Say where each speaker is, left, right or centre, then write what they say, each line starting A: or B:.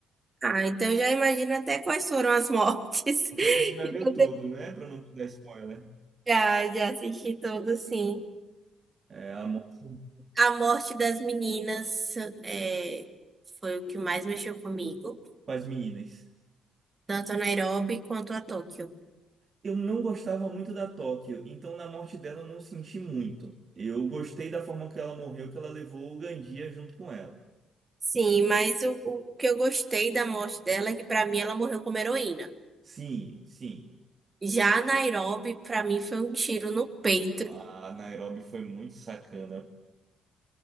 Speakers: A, on the right (about 25°); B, on the right (about 40°).
A: Ah, então já imagino até quais foram as mortes.
B: Você,
A: <laughs> que
B: você já viu
A: você
B: tudo, né? Para não te dar spoiler.
A: Já, já assisti todo, sim.
B: É, a morte
A: A morte das meninas é, foi o que mais mexeu comigo,
B: com as meninas.
A: tanto a Nairobi quanto a Tóquio.
B: Eu não gostava muito da Tóquio, então na morte dela eu não senti muito. Eu gostei da forma que ela morreu, que ela levou o Gandia junto com ela.
A: Sim, mas o, o o que eu gostei da morte dela é que, pra mim, ela morreu como heroína.
B: Sim, sim.
A: Já a Nairobi, pra mim, foi um tiro no
B: Não,
A: peito.
B: A Nairobi foi muito sacana.